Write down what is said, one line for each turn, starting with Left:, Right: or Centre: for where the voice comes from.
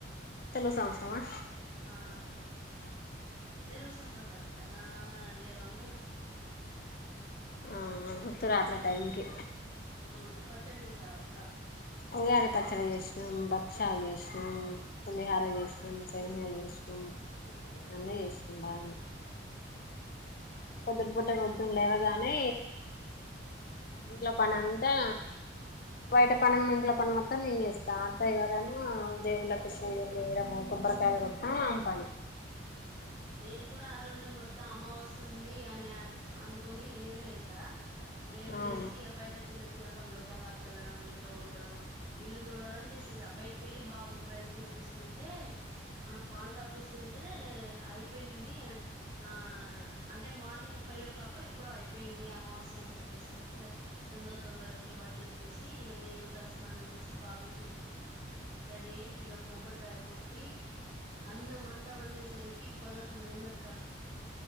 Left: సంసారం
Right: ఆ తెలుగు సంవత్సరం కదక్క నామ ఏదోంటరు
Left: అవునా గుర్తురు అట్లా టైంకి
Right: అవును పచ్చడి చేసావాక్క
Left: ఉగాది పచ్చడి చేసినాం భక్షాలు చేసినాం పులిహార చేసినాం సైన్యాలు చేసినాం అన్నే చేస్తాం బాగానే కొద్దుటి పుట్ట వద్దుం లేవగానే ఇంట్లో పని అంతా బయట పను ఇంట్ల పని మొత్తం నేను చేస్తా అత్తయ్య గారేమో దేవుళ్ళకి పూజలుయడం కొబ్బ్రకాయలు కొట్టా అం పనిి
Right: <inaudible> నేను కూడా ఆ రోజు మొత్తం అమావస్య ఉంది అన్నీ అనుకొని లేటుగాలేస లేటుగా
Left: అవును
Right: లేసి బయట చిన్న చిన్న పనులు కల్లాపు చల్లడం ఇంట్లో ఊడవడం ఇల్లు తుడవడం చేసేస బయటికెళ్ళి బాబుకి రైస్ తినిపిస్తుంటే ఆ పాలు తపిస్తుంటే ఐ అపోయింది ఆ అంటే మార్నింగ్ ఫైవ్ ఓ క్లాక్ ఎప్పుడు అయిపోయింది అమావస్య అని చెప్ప చెప్పేసరికి ఇంక తొందర తొందర వచ్చే బట్టలు ఉతికేసి ఇంక నేను తల స్నానం చేసి బాబుకి చెప్పించి రెడీ అయి ఇక కొబ్బరికాయ కొట్టి అన్నం వంట వండె సరికి పదకండు అయింద అక్క